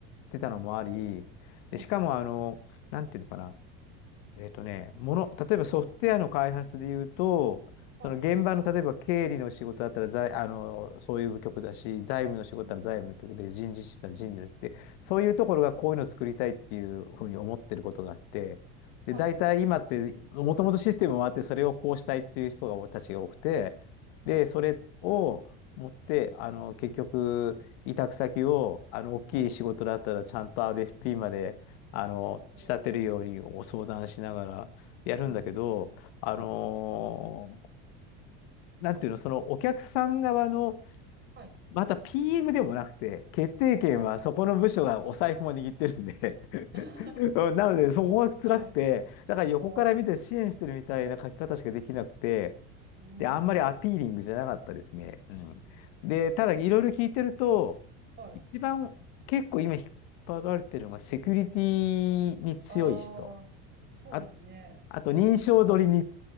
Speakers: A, on the left (about 70°); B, on the right (about 35°).
A: てたのもあり、
B: おはい、
A: で、しかも、あの、なんていうのかな。えっとね、もの、例えばソフトウェアの開発で言うと、
B: はい、
A: その現場の例えば経理の仕事だったら財、
B: はい、
A: あの、そういう部局だし、財務の仕事だったら財務の局で、
B: うん、
A: 人事室なら人事のって、
B: うん、
A: そういうところがこういうのを作りたいっていうふうに思ってることがあって、で、
B: はい、
A: 大体今って、もともとシステムもあって、それをこうしたいっていう人が、たちが多くて、で、
B: はい、
A: それを持って、あの、結局、委託先を、あの、大きい仕事だったらちゃんと
B: はい、
A: RFP まで、あの、
B: おー、
A: 仕立てるようにご相談しながらやるんだけど、
B: うーん、
A: あのー
B: はい、
A: なんていうの、そのお客さん側の、
B: はい、
A: また PM でもなくて、決定権はそこの部署がお財布も握ってるんで
B: ほう。<laughs>
A: <laughs> うんなので、そこが辛くて、
B: はい。
A: だから横から見て支援してるみたいな書き方しかできなくて、
B: おー、うーん。
A: で、あんまりアピーリングじゃなかったですね。うん。
B: うん
A: で、ただいろいろ聞いてると、
B: はい。
A: 一番結構今引っ張られてるのがセキュリティに強い人。
B: ああ、そうですね。
A: あ、あと、認証取りに